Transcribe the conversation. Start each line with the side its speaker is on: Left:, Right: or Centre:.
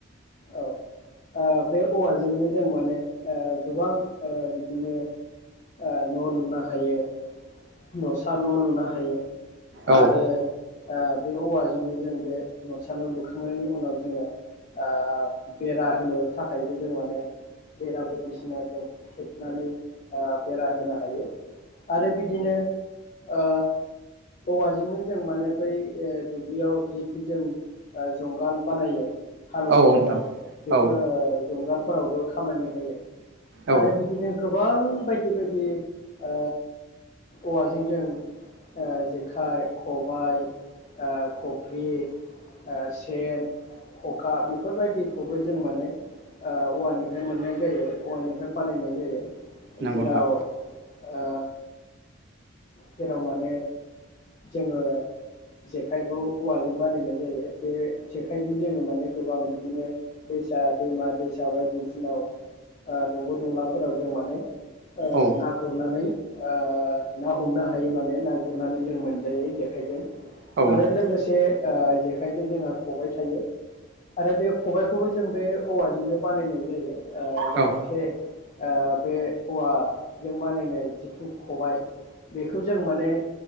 Left: औ ओ बे औवाजोंनो जों माने ओ गोबां ओ बिदिनो ओ न' लुनो हायो न'सा न' लुनो हायो ।
Right: औ
Left: आरो ओ बे औवाजोंनो जों बे न'सा न' लुखांनायनि उनाव जोङो ओ बेरा होनो थाखायबो जों माने बेरा बायदिसिना जों हेबनानै ओ बेरा होनो हायो आरो बिदिनो ओ औवाजोंनो जों माने बै ओ दुब्लियाव जिथु जों जुंगाल बानायो हालेवनो
Right: औ
Left: थाखाय
Right: नोंथां
Left: बेफोर
Right: औ
Left: ओ जुंगाल फोरावबो खामानि <unintelligible>
Right: औ
Left: आरो बिदिनो गोबां बायदि बायदि ओ औवाजों जों ओ जेखाइ खबाय ओ खफ्रि ओ सेन खखा बेफोरबायदिखौबो जों माने ओ औवानिफ्राय मोननाय जायो औवानिफ्राय बानायनाय जायो
Right: नंगौ
Left: जेराव
Right: नोंथां
Left: ओ जेराव माने जोङो जेखाइखौ औवाजों बानायनाय जायो बे जेखायनि जोङो माने गोबां बिदिनो दैसा दैमा दैसा बायदिसिनाव ओ दंग' दंलाफोराव जों माने ओ
Right: औ
Left: ना गुरनानै ओ ना हमनो हायो माने ना गुरनानै जों मोनजायो जेखाइजों
Right: औ नोंथां
Left: आरो लोगोसे ओ जेखाइजों जोंहा खबाय थायो आरो बे खबायखौबो जों बे औवाजोंनो बानायनाय जायो ओ जाहाथे
Right: औ
Left: ओ बे औवाजों बानायनाय जेखाय खबाय बेखौ जों माने